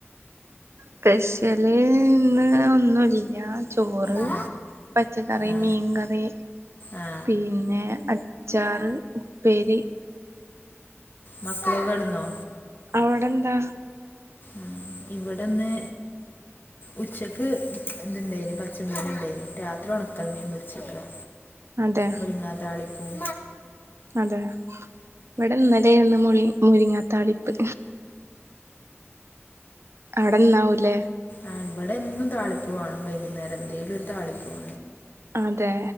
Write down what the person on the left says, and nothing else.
ആ
ആ
ആ
മക്കള് കടന്നോ
ഉ ഇവിടെന്ന്
ഉച്ചക്ക് ഇതുണ്ടായിന് പച്ചമീന ഉണ്ടായിന് രാത്രി ഉണക്കൽമീൻ പൊരിച്ചിക്ക
മൂരീങ താളിപും
ആ ഇവിടെയ എന്നും താളിപ് വെണം വൈകുന്നേരം എന്തെങ്കലും ഒരു തളിപ്പ്